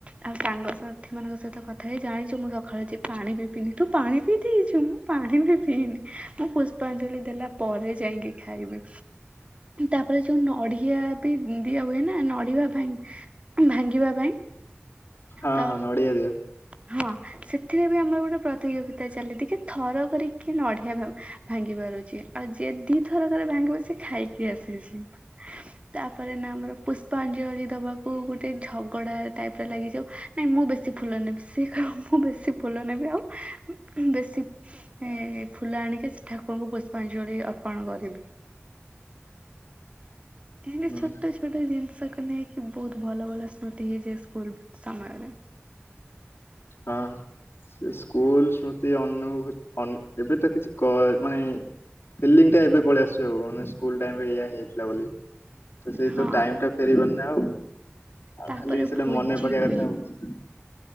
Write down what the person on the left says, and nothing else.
ହଁ
ହଁ ନଡିଆ ଦିଅ
ହୁଁ
ହଁ ସେଇ ସ୍କୁଲ ସ୍ମୃତି ଅନୁଭୂତି ଏବେ ତ କିଛି କଜ୍ ମାନେ ଫିଲିଙ୍ଗ୍ ଟା ଏବେ ପଳେଇ ଆସିଛି ଆଉ ମାନେ ସ୍କୁଲ ଟାଇମ୍ ରେ ଏଇଆ ହେଇଥିଲା ବୋଲି ତ ସେଇ
ତ ଟାଇମ ଟା ଫେରିବାରି ନା ଆଉ ଆଉ
ଖାଲି ସେଇଟା
ମନେ ପକେଇବା
କଥା ଆଉ